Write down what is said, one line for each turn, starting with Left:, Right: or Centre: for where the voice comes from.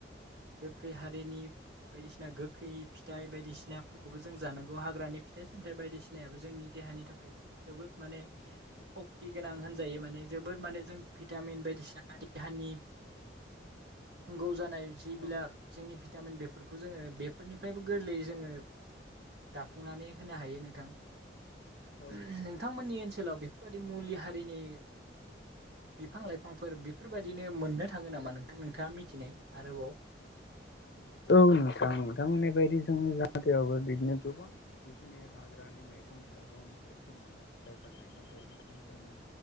Right: गोखै हारिनि बायदिसिना गोखै फिथाइ बायदिसिनाफोरखौबो जों जानांगौ हाग्रानि फिथ सामथ बायदिसिाबो जोंनि देहानि थाखाय जोबोद माने सक्ति गोनां होनजायो मान जबो मान भिटामिन बायदिसिना देहानि नौ जानाय
Left: औ
Right: बिला जोंनि भितामिन <unintelligible> खौ जोङो बेफोरनिफ्रायबो गोरलैयै जोङो दाफुंनानै होनो हायो नोंथां
Left: औ
Right: <unintelligible>
Left: औ
Right: नोंथांमोननि ओनसोलाव बे बिबो बायदि मुलि हारिनि बिफां लाइफांफोर बिफोरबादिनो मोननो थाङो नामा नोंथां नोंथाङा मिथिनाय आरोबाव।
Left: औ नोंथां नोंथांमोनि बायदि जोंनि जथायावबो बिदिनो गोबां जिखिनि हाग्रानि मैगं थाइगंफोरखौ मोनो जायफोर मैगं थाइगं जोंनि